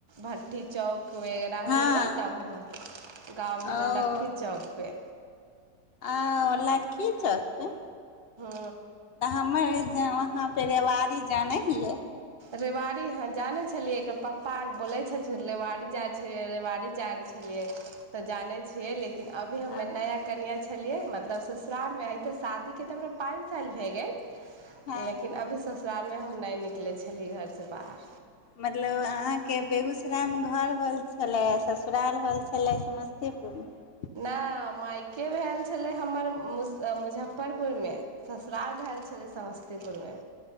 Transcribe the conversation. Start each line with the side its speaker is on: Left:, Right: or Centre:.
Right: भट्ठी चौक वगैरह
Left: हँ
Right: होलै तब वुँ गाँव भेलै
Left: ओ
Right: लक्खी चौकपर
Left: आ ओ लख्खी चौक पे
Right: हुँ
Left: तऽ हमर वहाँ पे रेवारी जानै हियै
Right: रेवाड़ी हहाँ जानै छलियै एकर पप्पा आर बोलै छलखिन रेवाड़ी जाइ छलियै रेवाड़ी जाइ छलियै तऽ जानै छियै लेकिन लेकिन अभी हमे
Left: हँ
Right: नया कनिय छ छलियै मतलब ससुरालमे अ तऽ शादीके तऽ हमरा पाँच साल भए गेल
Left: हँ
Right: लेकिन अभी ससु बाद मे हम नै निकले छली घरसँ बाहर
Left: मतलब अहाँके बेगूसरायमे घर होल छलै ससुराल होल छलै समस्तीपुरमे
Right: नहि मायके भेल छलै हमर मुजफ्फरपुरमे ससुराल भेल छलै समस्तीपुरमे